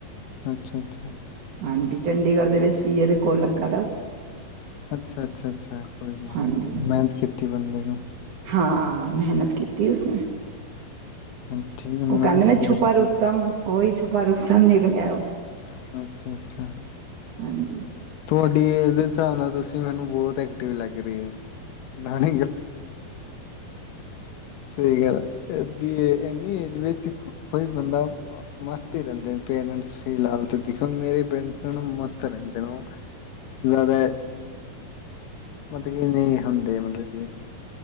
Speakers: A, on the left; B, on the right.
A: ਅੱਛਾ ਅੱਛਾ
B: ਹਾਂਜੀ ਚੰਡੀਗੜ੍ਹ ਦੇ ਵਿੱਚ ਸੀਏਦੇ ਕੋਲ ਲੱਗਾ ਦਾ ਉਹ
A: ਅੱਛਾ-ਅੱਛਾ-ਅੱਛਾ ਕੋਈ ਨਾ
B: ਹਾਂਜੀ
A: ਮਿਹਨਤ ਕੀਤੀ ਬੰਦੇ ਨੂੰ।
B: ਹਾਂ ਮਿਹਨਤ ਕੀਤੀ ਉਸ ਕ
A: ਹਾਂ, ਠੀਕ ਹੈ ਮਿਹਨਤ
B: ਉਹ ਕਹਿੰਦੇ ਨਾ
A: ਜ਼ਰੂਰੀ
B: ਛੁਪਾ ਰੁਸਤੋਮ ਉਹੀ ਛੁਪਾ ਰੁਸਤਮ ਨਿਕਲਿਆ ਓ।
A: ਅੱਛਾ, ਅੱਛਾ
B: ਹਾਂਜੀ।
A: ਤੁਹਾਡੀ ਏਜ ਦੇ ਹਿਸਾਬ ਨਾਲ ਤੁਸੀਂ ਮੈਨੂੰ ਬਹੁਤ ਐਕਟਿਵ ਲੱਗ ਰਹੇ ਹੋ। <unintelligible> ਸਹੀ ਗੱਲ ਅੱ ਇਨੀ ਏਜ ਵਿੱਚ ਕੋਈ ਬੰਦਾ ਮਸਤ ਹੀ ਰਹਿੰਦੇ, ਪੇਰੈਂਟਸ ਫਿਲਹਾਲ ਤੇ, ਮੇਰੇ ਪੇਰੈਂਟਸਮਸਤ ਰਹਿੰਦੇ ਨੇ ਉਹ। ਜ਼ਦਾ। ਮਤਲਬ ਕਿ ਨਹੀਂ ਹੁੰਦੇ ਮਤਲਬ ਕਿ